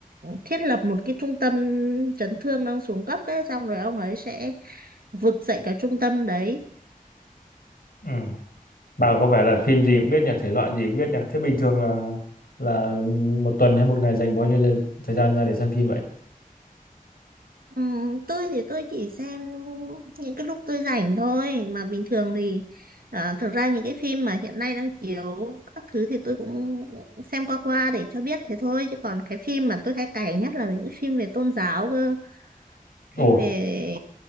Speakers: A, on the right; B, on the left.
A: thiết lập một cái trung tâm chấn thương đang xuống cấp ấy, xong rồi ông ấy sẽ vực dậy cả trung tâm đấy.
B: ừ. Bà có vẻ là phim gì cũng biết nhỉ, thể loại gì cũng biết nhỉ. Thế bình thường là là một tuần hay một ngày dành bao nhiêu giờ- thời gian ra để xem phim vậy?
A: Ừm, tôi thì tôi chỉ xem những cái lúc tôi rảnh thôi, mà bình thường thì à, thực ra những cái phim mà hiện nay đang chiếu các thứ thì tôi cũng xem qua qua để cho biết thế thôi, chứ còn cái phim mà tôi hay cày nhất là những cái phim về tôn giáo cơ,
B: Ồ,
A: phim về